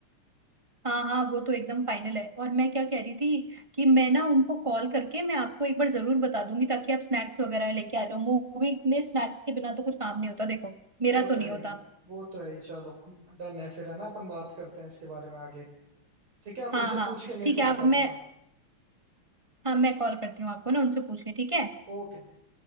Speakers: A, on the right (about 15°); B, on the right (about 70°).
A: हाँ हाँ वो तो एकदम फाइनल है और मैं क्या कह रही थी कि मैं ना उनको कॉल करके मैं आपको एक बार जरूर बता दूंगी ताकि आप स्नैक्स वगैरह लेके आ जाओ मूवी में स्नैक्स के बिना तो कुछ काम नहीं होता देखो मेरा
B: वो
A: तो
B: तो
A: नहीं
B: है
A: होता
B: ही वो तो है ही चलो डन है फिर है ना अपन बात करते हैं इसके बारे में आगे ठीक है आप
A: हाँ
B: उनसे
A: हाँ
B: पूछ के मेरे
A: ठीक
B: को
A: है
B: बता
A: आप मैं
B: देना
A: हाँ मैं कॉल करती हूँ आपको ना उनसे पूछ के ठीक है
B: Okay